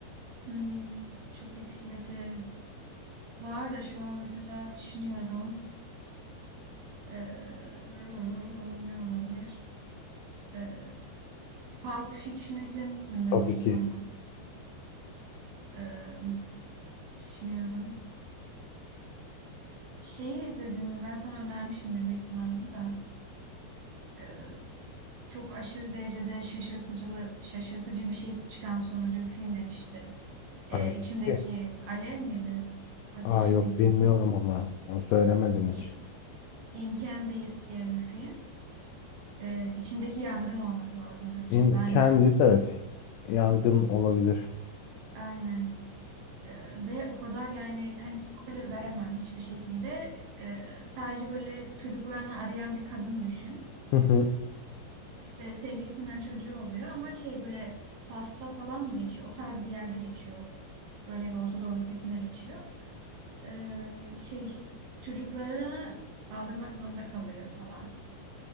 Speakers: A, on the right; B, on the left.
A: Hmm, çok etkiledi. Var da şu an mesela düşünüyorum. Ee, ne olabilir? Ee, Pulp Fiction izlemişsindir
B: Tabii
A: ucuz
B: ki.
A: roman. Ee, düşünüyorum. Şeyi izledin mi? Ben sana önermişimdir büyük ihtimal bunu da. Ee, çok aşırı derecede şaşırtıcılı, şaşırtıcı bir şey çıkan sonucu bir film demiştim.
B: Hani,
A: Ee, içimdeki
B: Evet.
A: alev miydi? Ateş
B: aa yok
A: miydi?
B: bilmiyorum onu. Onu söylemedin
A: İ-
B: hiç.
A: In diye bir film. Ee, içimdeki yangın olması lazım Türkçesi.
B: In,
A: Aynen.
B: Candice evet. Yangın olabilir.
A: Aynen. Ee, ve o kadar yani hani spoiler veremem hiçbir şekilde. Ee, sadece böyle çocuklarını arayan bir kadın düşün.
B: Hı hı.
A: işte sevgilisinden çocuğu oluyor ama şey böyle Fas'ta falan mı geçiyor? O tarz bir yerde geçiyor. Öyle bir Orta Doğu ülkesinde geçiyor. Ee, şey çocuklarını aldırmak zorunda kalıyor falan.